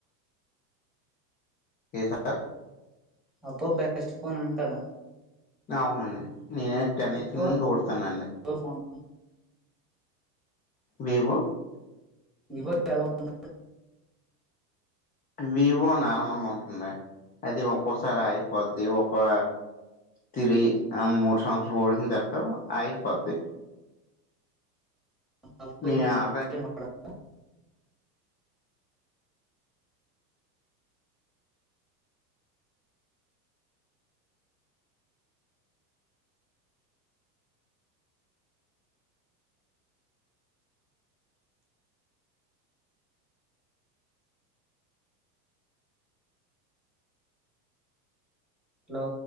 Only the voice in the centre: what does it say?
Oppo the best phone అంటార?
వివో
ఫోన్
ఇవడ్ చాల ఉండ
తప్ప
హలో
హలో